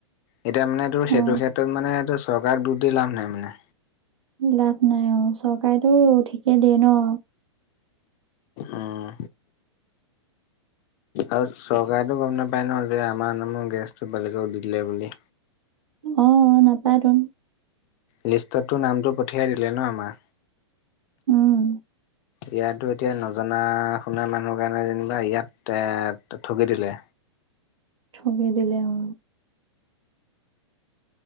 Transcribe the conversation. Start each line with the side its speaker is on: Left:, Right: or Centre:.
Left: এতিয়া মানেটো সেইটোহে।
Right: অ'
Left: ত মানে এইটো চৰকাৰক দুখ দি লাভ নাই মানে।
Right: লাভ নাই অ চৰকাৰেতো ঠিকে দিয়ে ন।
Left: আহ। আৰু চৰকাৰেতো গম নাপায় ন যে আমাৰ নামৰ গেছটো বেলেগক দি দিলে বুলি।
Right: অ নাপায় তো।
Left: লিষ্টততো নামটো পঠিয়াই দিলে ন আমাৰ।
Right: উম।
Left: ইয়াত এতিয়া নজনা শুনা মানুহৰ কাৰণে যেনিবা ইয়াত এ ঠগি দিলে।
Right: কৰি দিলে অ।